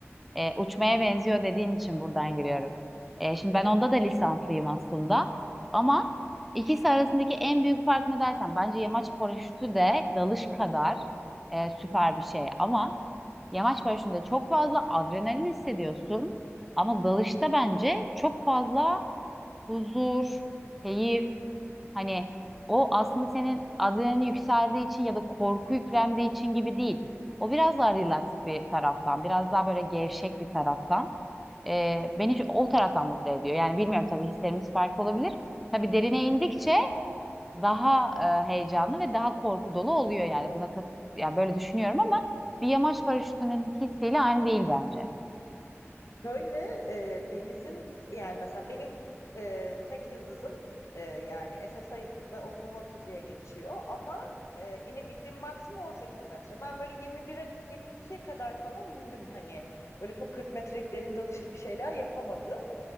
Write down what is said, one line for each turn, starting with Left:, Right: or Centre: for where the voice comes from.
Centre: E, uçmaya benziyor dediğin için buradan giriyorum. E, şimdi ben onda da lisanslıyım aslında. Ama ikisi arasındaki en büyük fark ne dersen bence yamaç paraşütü de dalış kadar e, süper bir şey. Ama yamaç paraşütünde çok fazla adrenalin hissediyorsun. Ama dalışta bence çok fazla huzur, keyif, Hani o aslında senin adrenalin yükseldiği için ya da korku yüklendiği için gibi değil. O biraz daha relax bir taraftan, biraz daha böyle gevşek bir taraftan. Ee, beni şu- o taraftan mutlu ediyor. Yani bilmiyorum tabii hislerimiz farklı olabilir. Tabii derine indikçe daha e, heyecanlı ve daha korku dolu oluyor yani. Buna kat yani böyle düşünüyorum ama bir yamaç paraşütünün hissiyle aynı değil bence.
Left: Şöyle e, denizin yani mesela benim e, tek yıldızım e, yani SSI'da Open Water diye geçiyor ama e, inebildiğim maksimum 18 metre. Ben böyle 21'e 22'ye kadar falan indim hani böyle çok 40 metrelik derin dalış gibi şeyler yapamadım.